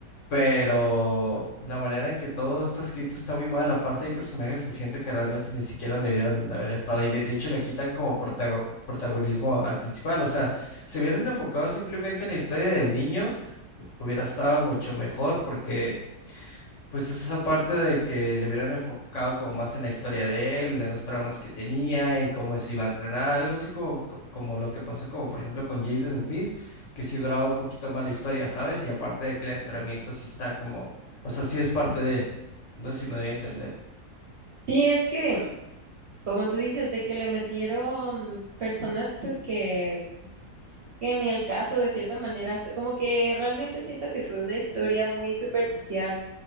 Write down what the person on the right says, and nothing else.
sí, es que como tú dices, de que le metieron personas pues que, que ni el caso de cierta manera, como que realmente siento que fue una historia muy superficial.